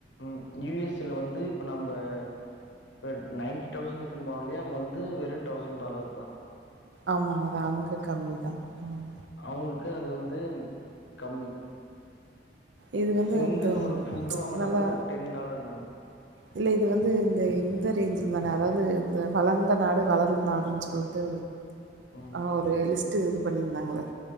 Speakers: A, on the left (about 80°); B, on the right (about 75°).
A: ம் யு எஸ் ஏ ல வந்து இப்ப நம்ப ப நைன்டி டௌசண்ட் எடுத்துனு போனாலே அங்க வந்து வெறு டௌசண் டாலர் தா
B: ஆமா அது அங்க கம்மிதா ம்
A: அவுங்களுக்கு அது வந்துன் கம்மி
B: இது வந்து
A: சிங்கிள்
B: அந்த
A: ஒரு ஃபுட் வாங்குனா
B: நல்லா
A: கூட ஒரு மேம்.
B: இல்ல இது வந்து இந்த இந்த ரேஞ்சில் தான அதாவது இந்த வளர்ந்த நாடு வளரும் நாடுன் சொல்ட்டு
A: ம்.
B: ஆ ஒரு லிஸ்ட்டு இது பண்ணிருந்தாங்கலே